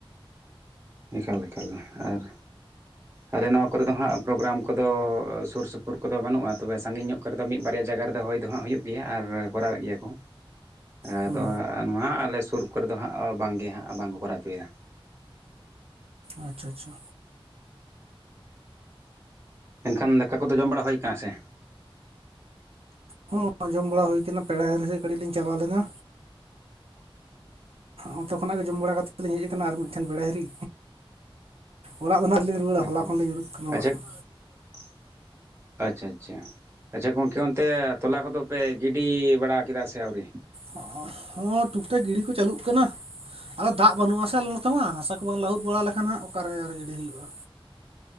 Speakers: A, on the right; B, on the right.
A: ᱮᱠᱟᱞ ᱮᱠᱟᱞ, ᱟᱨ ᱟᱞᱮ ᱱᱚᱣᱟ ᱠᱚᱨᱮ ᱫᱚ ᱦᱟᱸᱜ ᱯᱨᱳᱜᱨᱟᱢ ᱠᱚᱫᱚ ᱥᱩᱨ ᱥᱩᱯᱩᱨ ᱠᱚᱫᱚ ᱵᱟᱹᱱᱩᱜᱼᱟ, ᱛᱚᱵᱮ ᱥᱟᱺᱜᱤᱧ ᱧᱚᱜ ᱠᱚᱨᱮ ᱫᱚ ᱢᱤᱫ ᱵᱟᱨᱭᱟ ᱡᱟᱭᱜᱟ ᱨᱮᱫᱚ ᱦᱩᱭ ᱫᱚ ᱦᱩᱭᱩᱜ ᱜᱮᱭᱟ ᱟᱨ ᱠᱚᱨᱟᱣᱮᱫ ᱜᱮᱭᱟ ᱠᱚ᱾
B: ᱦᱩᱸ
A: ᱟᱫᱚ ᱱᱚᱣᱟ ᱟᱞᱮ ᱥᱩᱨ ᱠᱚᱨᱮ ᱫᱚ ᱦᱟᱸᱜ ᱵᱟᱝᱜᱮ ᱦᱟᱸᱜ ᱵᱟᱝᱠᱚ ᱠᱚᱨᱟᱣ ᱦᱚᱪᱚᱭ ᱮᱫᱟ᱾
B: ᱟᱪᱪᱷᱟ ᱟᱪᱪᱷᱟ᱾
A: ᱮᱱᱠᱷᱟᱱ ᱫᱟᱠᱟ ᱠᱚᱫᱚ ᱡᱚᱢ ᱵᱟᱲᱟ ᱦᱩᱭ ᱟᱠᱟᱱᱟ ᱥᱮ‍?
B: ᱦᱳᱭ, ᱡᱚᱢ ᱵᱟᱲᱟ ᱦᱩᱭ ᱠᱟᱱᱟ, ᱯᱮᱲᱟ ᱦᱤᱨᱤ ᱥᱮᱫ ᱠᱟᱹᱴᱤᱡ ᱞᱤᱧ ᱪᱟᱞᱟᱣ ᱞᱮᱱᱟ᱾ ᱚᱱᱛᱮ ᱠᱷᱚᱱᱟᱜ ᱜᱮ ᱡᱚᱢ ᱵᱟᱲᱟ ᱠᱟᱛᱮᱫ ᱫᱚᱞᱤᱧ ᱦᱮᱡ ᱟᱠᱟᱱᱟ, ᱟᱨ ᱢᱤᱫᱴᱮᱱ ᱯᱮᱲᱟ ᱦᱤᱨᱤ᱾ ᱚᱲᱟᱜ ᱫᱚ ᱫᱚ ᱱᱟᱦᱟᱜ ᱞᱤᱧ ᱨᱩᱣᱟᱹᱲᱟ,
A: ᱦᱩᱸ
B: ᱦᱚᱞᱟ
A: ᱦᱩᱸ
B: ᱠᱷᱚᱱ ᱞᱤᱧ ᱩᱰᱩᱠ ᱠᱟᱱᱟ
A: ᱟᱪᱪᱷᱟ
B: ᱚᱲᱟᱜ ᱠᱷᱚᱱ᱾
A: <inaudible> ᱟᱪᱪᱷᱟ ᱟᱪᱪᱷᱟ, ᱟᱪᱪᱷᱟ ᱜᱚᱝᱠᱮ ᱚᱱᱛᱮ ᱛᱚᱞᱟ ᱠᱚᱫᱚ ᱯᱮ ᱜᱤᱰᱤ ᱵᱟᱲᱟ ᱠᱮᱫᱟ ᱥᱮ ᱟᱣᱨᱤ?
B: ᱦᱚᱸᱜ-ᱚ, ᱦᱚᱸ ᱴᱩᱠ-ᱴᱟᱠ ᱜᱤᱲᱤ ᱠᱚ ᱪᱟᱹᱞᱩᱜ ᱠᱟᱱᱟ᱾ ᱟᱫᱚ ᱫᱟᱜ ᱵᱟᱹᱱᱩᱜ-ᱟ ᱥᱮ ᱟᱞᱮ ᱱᱚᱛᱮ ᱢᱟ ᱦᱟᱥᱟ ᱠᱚ ᱵᱟᱝ ᱞᱟᱹᱟᱦᱩᱫ ᱵᱟᱲᱟ ᱞᱮᱠᱷᱟᱱ ᱦᱟᱸᱜ ᱚᱠᱟᱨᱮ ᱟᱨ ᱜᱤᱰᱤ ᱦᱩᱭᱩᱜᱼᱟ᱾